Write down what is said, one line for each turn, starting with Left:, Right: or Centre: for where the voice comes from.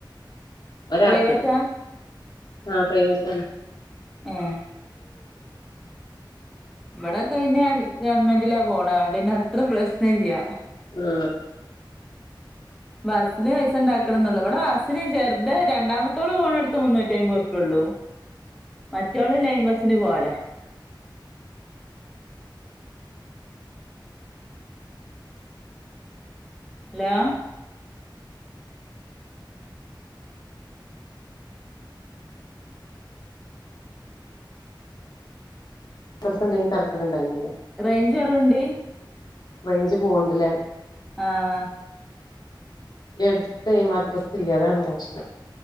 Left: ഒരാക്ക്
Centre: പ്രൈവറ്റാ
Left: ആഹ് പ്രൈവറ്റാണ്
Centre: ഏഹ് ഇവിടെ കയിഞ്ഞാ ഗവൺമെന്റിലാ പോണെ അതോണ്ട്ന്നെ അത്ര പ്രശ്ന ഇല്യ
Left: ഉം
Centre: ബസ്സിന് പൈസ ഉണ്ടാക്കണം എന്നുള്ളൂ ഇവിടെ ബസ്സിന് ചേർത്ത് രണ്ടാമത്തോള് പോകണടുത്ത് മുന്നൂറ്റി അമ്പത് ഉറുപ്പിയേള്ളൂ
Left: <inaudible>
Centre: മറ്റോള് ലൈൻ ബസിന് പോവല ഹലോ
Left: ഇപ്പർത്തുണ്ടെങ്കി തെർക്കട്ണ്ടായിന്നില
Centre: റെയ്ഞ്ച് കൊറവ്ണ്ട്
Left: റേഞ്ച് പോവുണ്ട് ല്ലേ
Centre: ആഹ് ആഹ്
Left: ഈട് അടുത്തേ മദ്രസ ഇല്ല അതാണ് പ്രശ്നം